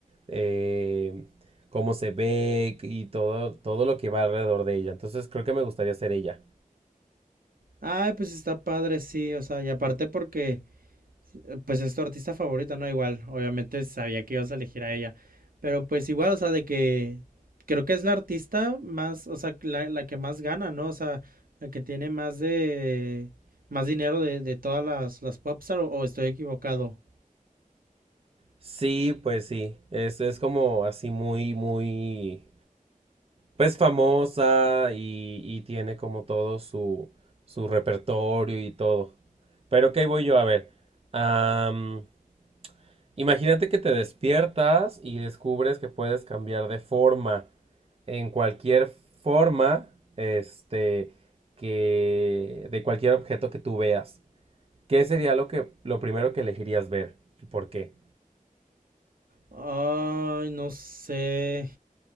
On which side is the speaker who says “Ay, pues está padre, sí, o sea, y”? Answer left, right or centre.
Right